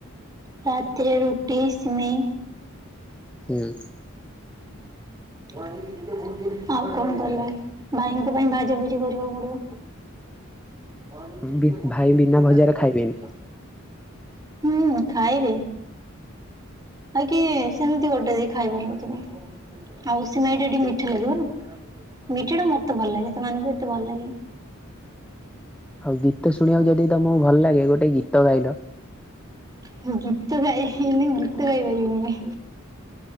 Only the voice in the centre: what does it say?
ହୁଁ
ବି ଭାଇ ବିନା ଭଜାରେ ଖାଇବେନି।
ହଉ ଗୀତ ଶୁଣିବାକୁ ଯଦି ତମକୁ ଭଲ ଲାଗେ ଗୋଟେ ଗୀତ ଗାଇଲ